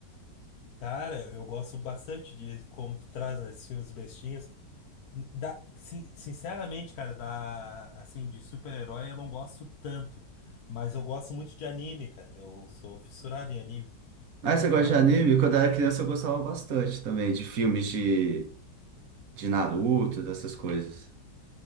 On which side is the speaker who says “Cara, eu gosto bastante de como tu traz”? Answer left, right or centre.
Left